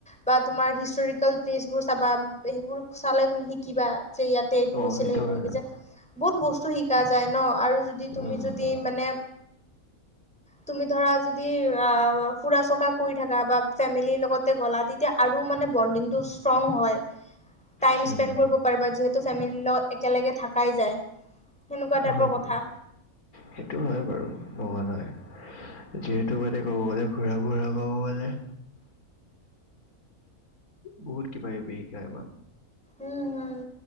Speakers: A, in the centre; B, on the left.
A: বা তুমাৰ হিষ্টৰিকেল প্লেচবোৰ চাবা সেইবোৰ চালে তুমি কিবা যে ইয়াতে এইটো
B: অ
A: হৈছিলে সেইটো
B: হয় আৰু।
A: যে বহুত বস্তু শিকা যায় ন আৰু যদি তুমি
B: উম
A: যদি
B: উম উম উম
A: মানে তুমি ধৰা যদি অ ফুৰা চকা কৰি থাকা বা ফেমিলিৰ লগতে গ'লা তেতিয়া আৰু মানে বন্দিং তো ষ্ট্ৰং হৈ টাইমচ
B: সেইটো
A: পেণ্ড কৰিব পাৰিবা যিহেতু ফেমিলি লগ একলেগে থাকাই যায় সেনেকুৱা টাইপৰ
B: হয় বাৰু
A: কথা।
B: সেইটো হয় বাৰু নহয় নহয় যিহেতু মানে ক'ব গ'লে ঘূৰা ফুৰা ক'ব গ'লে বহুত কিবা কিবি শিকা আমাক।
A: উম হুম।